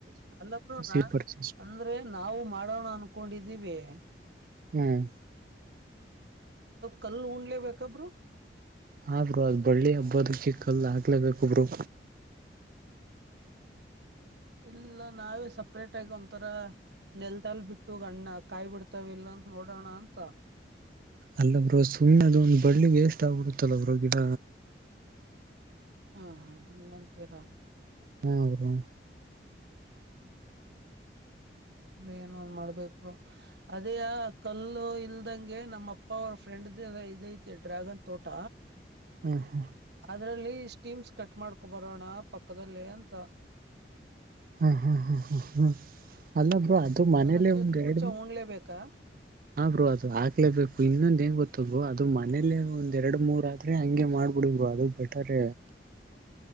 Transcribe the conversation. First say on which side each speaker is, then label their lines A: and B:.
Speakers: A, on the right (about 65°); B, on the right (about 50°).
A: ಅಲ್ಲ ಬ್ರೋ ನ
B: ಸೀಡ್ ಪರ್ಚೇಸ್
A: ಅಂದ್ರೆ ನಾವು ಮಾಡೋಣ ಅನ್ಕೊಂಡಿದೀವಿ ಹ
B: ಹ್ಮ್
A: ಕಲ್ಲು ಉಣ್ಲೇಬೇಕೇಕಬ್ರು
B: ಆದ್ರರು ಅದ ಬಳ್ಳಿ ಹಬ್ಬದಕ್ಕೆ ಕಾಲ್ ಆಗ್ಲೇಬೇಕಬ್ರು
A: ಇಲ್ಲ ನಾವೇ ಸಪ್ರೇಟ್ ಆಗಿ ಒಂಂತರ ನೆಲ್ದಾಲ್ ಬಿಟ್ಟ ಅಣ್ಣ ಕಾಯ್ ಬಿಡ್ತಾವ ಇಲ್ಲ ಅಂತ ನೋಡೋಣ ಅಂತ
B: ಅಲ್ಲ ಬ್ರೋ ಸುಮ್ನೆದು ಒಂದ್ ಬಳ್ಳಿ ವೇಸ್ಟ್ ಆಗ್ಬಡತ್ತಲ್ಲ ಬ್ರೋ ಗಿಡ
A: ಹಾ ಹಂತೀರ
B: ಹ್ಮ ಅ
A: ಅ್ರ ಏನ ಒಂದ್ ಮಾಡ್ಬೇಕರು ಅದೇ ಕಲ್ಲು ಇಲ್ದಂಗೆ ನಮ್ಮ ಅಪ್ಪ ಅವ್ರ ಫ್ರೆಂಡ್ ಇದೈತೆ ಡ್ರ್ಯಾಗನ್ ತೋಟ
B: ಹ್ಮ ಹಾ
A: ಅದರಲ್ಲಿ ಸ್ಟೀಮ್ಸ್ ಕಟ್ ಮಾಡ್ಕೊ ಬರೋಣ ಪಕ್ಕದಲ್ಲಿ ಅಂತ
B: ಹಾ ಹಾ ಹಾ ಹಾ ಹಾ ಅಲ್ಲೊಬ್ ಅದು ಮನೇಲ್ಲ
A: ಅದಕ್ಕೆ
B: ಒಂದ್
A: ಕೂಚ
B: ಎರಡ
A: ಉಣ್ಲೇಬೇಕಾ
B: ಹಾ ಬ್ರರು ಅದು ಹಾಕ್ಲೇಬೇಕು ಇನ್ನೊಂದ ಹೆಂಗ ಗೊತ್ತದ್ ಅದು ಮನೇಲೆೇ ಒಂದ್ ಎರಡ್ ಮೂರ್ತ್ರಿ ಹಂಗೆ ಮಾಡ್ಬಿಡ ಅದು ಬೆಟರ್